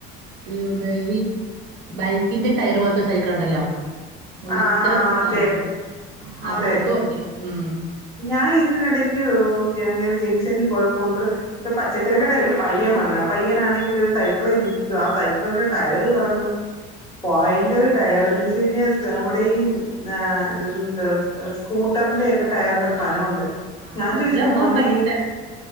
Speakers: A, on the right (about 75°); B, on the left (about 15°).
A: <unintelligible> ഈ ബൈക്കിന്റെ ടയറ് പോലത്ത സൈക്കളുണ്ടല്ലോ ഉഴുത്ത
B: ആ അതെ
A: ആ അത്
B: അതെ
A: കൂട്ടുണ്ട് ഉം
B: ഞാൻ ഇതിനിടക്ക് ഇങ്ങനെ ജംഗ്ഷനില് പോയപ്പോണ്ട് പച്ചക്കറി കട ഒരു പയ്യൻ വന്ന പയ്യനാണെങ്കില് ഒരു സൈക്കിളെ ഇരിക്കുവാ സൈ <unintelligible>
A: ഉം
B: ടയറ് കാണണം ബയങ്കര ടയറ് ന്ന് വെച്ച് കഴിഞ്ഞാ നമ്മുടെ ഈ ആ എന്താ സ്കൂട്ടറിന്റെ ഒ ടയറിന്റെ
A: അതാണ്
B: കനവുണ്ട്
A: ആഹ്
B: ഞാൻ ചോയ്ച്ചു
A: ഇവിടെ ഒന്നും
B: മോനെ
A: ഉണ്ട് അങ്ങനത്തെ
B: ഈ